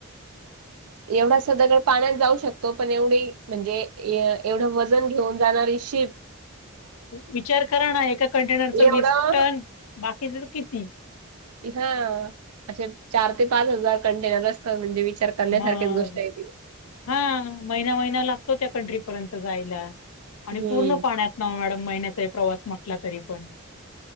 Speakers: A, on the right (about 90°); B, on the left (about 80°).
A: ऐवढासा दगड पाण्यात जाऊ शकतो, पण एवढी म्हणजे एवढं वजन घेऊन जाणारी शीप
B: विचार करा ना, एका कंटेनरच
A: एवढं
B: वीस टन बाकीच्याचं किती?
A: इथं अशे चार ते पाच हजार कंटेनर असतात, म्हणजे विचार करण्यासारखीच
B: <inaudible> हा,
A: गोष्ट आहे ती.
B: महिना महिनाला त्या कंट्री पर्यंत जायला आणि
A: हम्म
B: पूर्ण पाण्यात नाय ओ मॅडम महिन्याचा ही प्रवास म्हटला तरी पण